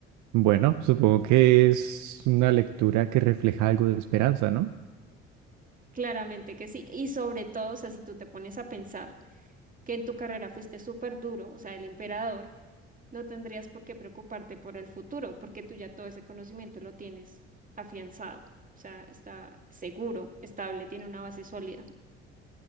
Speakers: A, on the right (about 70°); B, on the right (about 25°).
A: bueno, supongo que es una lectura que refleja algo de esperanza, ¿no?
B: Claramente que sí. Y sobre todo, o sea, si tú te pones a pensar que en tu carrera fuiste súper duro, o sea, el emperador, no tendrías por qué preocuparte por el futuro, porque tú ya todo ese conocimiento lo tienes afianzado. O sea, está seguro, estable, tiene una base sólida.